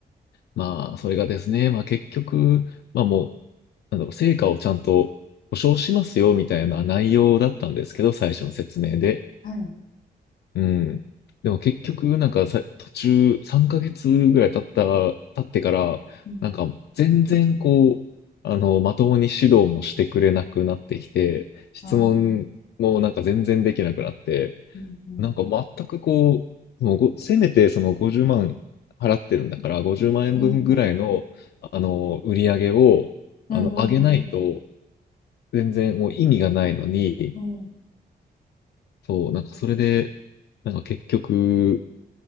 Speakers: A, on the left; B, on the left.
A: まあ、それがですね、まあ、結局、まあ、もう、なんだろう、成果をちゃんと保証しますよ、みたいな内容だったんですけど、最初の説明で。
B: はい。
A: うん。でも結局、なんかさ、途中3ヶ月ぐらい経った、経ってから、
B: うん。
A: なんか全然こう、あの、まともに指導もしてくれなくなってきて、質問もなんか全然できなくなって、
B: ああ。うんうん。
A: なんか全くこう、もうご、せめてその50万払ってるんだから、50万円分ぐらいの、
B: うんうん。
A: あの、売り上げを、
B: うんうんうん
A: あの、上げないと、全然もう意味がないのに、
B: うんうん。うん。
A: そう、なんかそれで、なんか結局、